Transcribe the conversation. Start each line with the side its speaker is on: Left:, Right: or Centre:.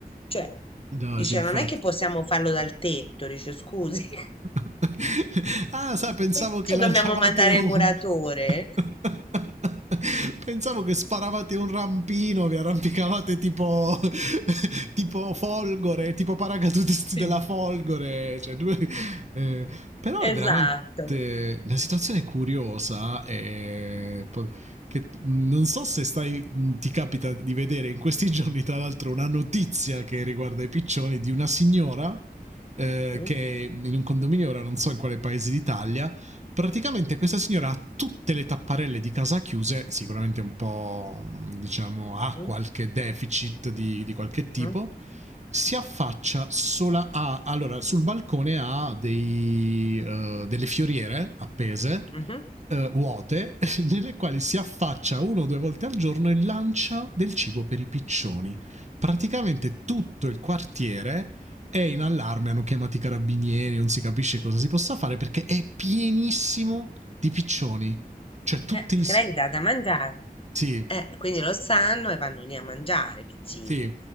Left: Cioè,
Right: No,
Left: dice,
Right: sì, infatti.
Left: non è che possiamo farlo dal tetto, dice, scusi. <laughs>
Right: <laughs> ah, sai, pensavo
Left: Perciò
Right: che lanciavate
Left: dobbiamo mandare
Right: un...
Left: il muratore.
Right: <laughs> Pensavo che sparavate un rampino, vi arrampicavate tipo, <laughs> tipo folgore, tipo paracadutisti
Left: Sì.
Right: della folgore. Cioè, due- eh, però è
Left: Esatto.
Right: veramente una situazione curiosa e po- che mh, non so se stai, mh, ti capita di vedere in questi giorni, tra l'altro, una notizia che riguarda i piccioni di una signora eh,
Left: Mm,
Right: che in un condominio, ora non so in quale paese d'Italia, praticamente questa signora ha tutte le tapparelle di casa chiuse, sicuramente un po', mm, diciamo, ha
Left: mm,
Right: qualche deficit di, di qualche tipo,
Left: mm,
Right: si affaccia sola a... Allora, sul balcone ha dei, eh, delle fioriere appese,
Left: mhm.
Right: eh, vuote, <laughs> nelle quali si affaccia una o due volte al giorno e lancia del cibo per i piccioni. Praticamente tutto il quartiere è in allarme, hanno chiamato i carabinieri, non si capisce cosa si possa fare perché è pienissimo di piccioni. Cioè tutti...
Left: Eh, perché
Right: i s-
Left: lei gli dà da mangiare.
Right: Sì,
Left: Eh, quindi lo sanno e vanno lì a mangiare, i piccini.
Right: sì,